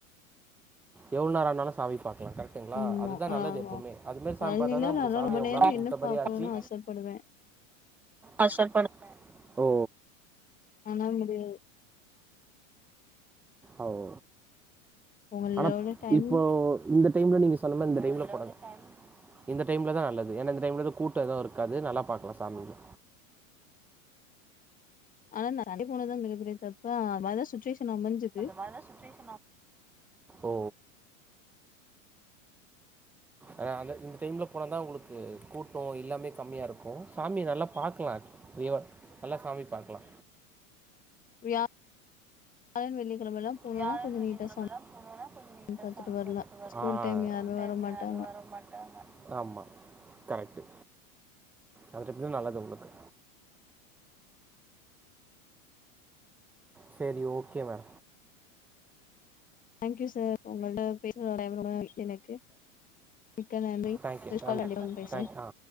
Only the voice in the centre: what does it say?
எவ்ல்ன் நேர ஆனாலு சாமி பாக்கலா கர டெங்ளா
அதுதா
நல்லது எப்போமே
அதுமேர் சாம்
பாத்தாதா நம்ளுக்கு
சாமிய
ரொம் நேரோ
கும்ட்ட மாரி
ஆச்சி
ஆ சொல்ப் படு ஓ
அவு
ஆனாப்
இப்போ இந்த டைம்ல நீங்க சொன்ன மார் இந்த டைம்ல போட்டா தா இந்த டைம்ல தா நல்லது ஏன்னா இந்த டைம்ல த கூட் ட்ட எதுவு இருக்காது நல்லாப் பாக்லா சாமியே
அதலா சுற்றேஷ் ஒ ஆன அந்த இந்த டைம்ல போன தா உங்களுக்கு கூட்டோ எல்லாமே கம்மியா இருக்கு சாமிய நல்லா பாக்கலா நீ வா நல்லா சாமி பாக்கலா
வியாழன்
வெள்ளிகெழமலாம்
போனோனா கொஞ் <inaudible> ஸ்கூல்
டைம்
யாரு வர மாட்டாங்க ஆமா கரெக்டு அது <unintelligible> நல்லதா உனக்கு செரி ஓகே ம
தேங்க்யூ
தேங்க் ஆ